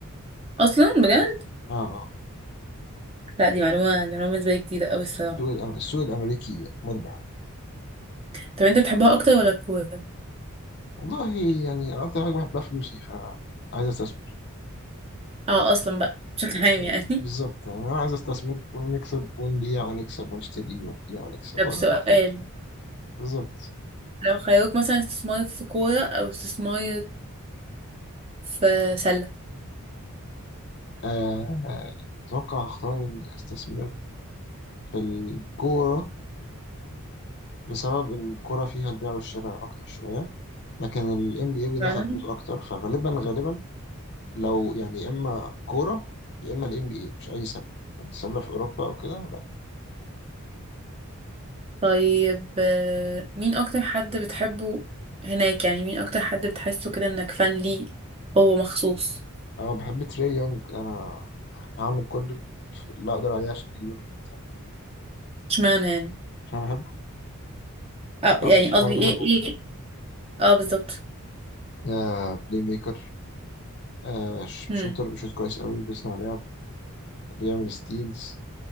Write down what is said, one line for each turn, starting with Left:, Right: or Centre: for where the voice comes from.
Right: اصلا بجد
Left: اه آه.
Right: لا دي معلومه دي معلومه بالنسبه لي جديده قوي الصراحه
Left: السوق الأم... السوق الامريكي مربح
Right: طب انت بتحبها اكتر ولا الكوره
Left: والله يعني اكتر حاجه بحبها فلوسي فعايز استثمر
Right: اه اصلا بقى بشكل عام
Left: بز-
Right: يعني
Left: بالظبط
Right: <laughs>
Left: يعني انا عايز استثمر ونكسب ونبيع ونكسب ونشتري ونبيع ونكسب
Right: طب
Left: هو
Right: سؤال
Left: ده المطلوب بالظبط
Right: لو خيروك مثلا استثمار في كوره او استثمار في سله
Left: آه، آه، اتوقع هختار اني استثمر في الكوره بسبب ان الكوره فيها البيع والشراء اكتر شويه لكن ال NBA بيدخل
Right: فعلا
Left: فلوس اكتر فغالبا غالبا لو يعني يا اما كوره يا اما الام بي اي مش اي سله سله في اوروبا او كده لا
Right: طيب آه، مين اكتر حد بتحبه هناك يعني مين اكتر حد بتحسه كده انك فان ليه هو مخصوص
Left: انا بحب تري يونج انا هعمل كل اللي اقدر عليه عشان اجيب البتاع
Right: اشمعنى يعني
Left: عشان انا بحبه
Right: اه
Left: او
Right: يعني
Left: عشان
Right: قصدي
Left: انا بحبه
Right: ايه ايه اه بالظبط
Left: آه بلاي ميكر آه ش-
Right: هم.
Left: شوتر بيشوت كويس قوي بيصنع لعب بيعمل ستيلز